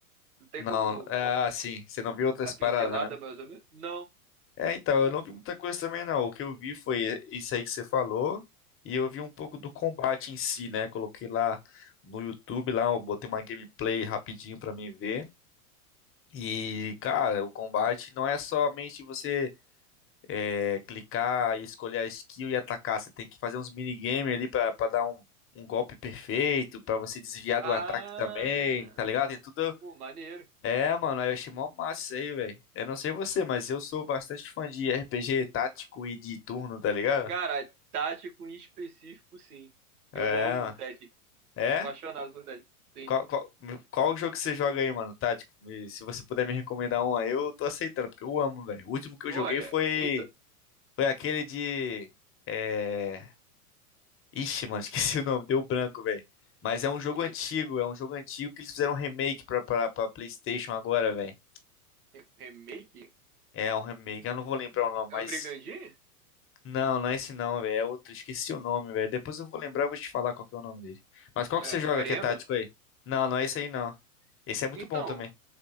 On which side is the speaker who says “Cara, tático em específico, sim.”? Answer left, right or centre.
Right